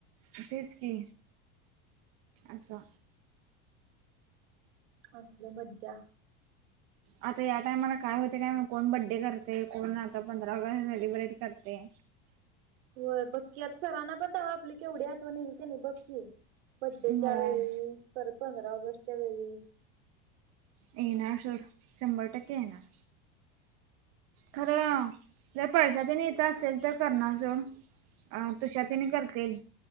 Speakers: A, on the right; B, on the right.
A: इ तेच की असं.
B: कसली मजा.
A: आता या टायमाला काय होते. काय माहित कोण बड्डे करते कोण आता पंधरा ऑगस्ट सेलिब्रेट करते.
B: होय बघ की आता सरांना पण तवा आपली केवढी आठवण येईल क नाही बघ की. बड्डेच्या
A: बर
B: वेळी परत पंधरा ऑगस्टच्या वेळी.
A: येणार सोड शंभर टक्के येणार. खरं जर पारश्या तेन इथं असतील तर करणार सोड. अ तुष्यातेनी करतील